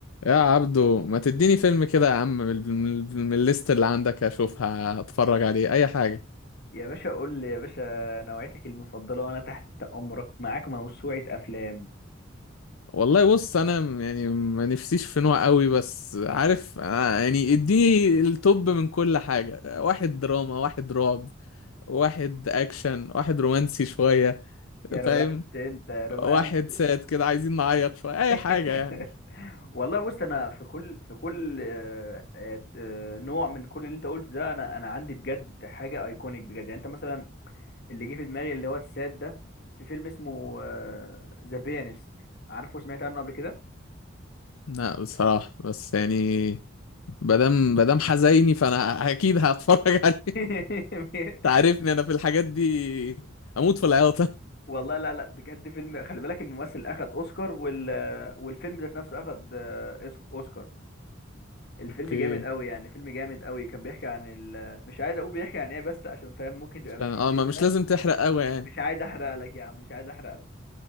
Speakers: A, on the left; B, on the left.
A: يا عبدو ما تديني فيلم كده يا عم من من- من الليست اللي عندك اشوفها اتفرج عليه اي حاجة
B: يا باشا قول لي يا باشا نوعيتك المفضلة وأنا تحت أمرك معاك موسوعة أفلام
A: والله بص انا م- يعني ما نفسيش في نوع قوي بس عارف آه، يعني اديني التوب من كل حاجة واحد دراما واحد رعب واحد اكشن واحد رومانسي شوية
B: يا رومانس
A: فاهم
B: أنت يا رومانس
A: واحد ساد كده عايزين نعيط شوية اي
B: <laughs>
A: حاجة يعني
B: والله بص أنا في كل في كل آه، آه، آه، نوع من كل اللي أنت قلته ده أنا أنا عندي بجد حاجة أيكونيك بجد يعني أنت مثلا اللي جه في دماغي اللي هو الساد ده في فيلم اسمه ذا بيانست عارفه سمعت عنه قبل كده
A: لا بصراحة بس يعني مادام مادام حزيني فانا اكيد هتفرج <laughs> عليه
B: <laughs>
A: تعرفني انا في الحاجات دي اموت في العياطه
B: والله لا لا بجد فيلم خلي بالك الممثل أخد أوسكار وال آه، والفيلم ذات نفسه أخد آه، إس- أوسكار الفيلم
A: اوكي
B: جامد قوي يعني فيلم جامد قوي كان بيحكي عن ال... مش عايز اقول بيحكي عن ايه بس عشان فاهم ممكن تبقى
A: عشان-
B: مش حتتنا
A: اه ما مش لازم تحرق قوي يعني
B: مش عايز احرق لك يا عم مش عايز احرق لك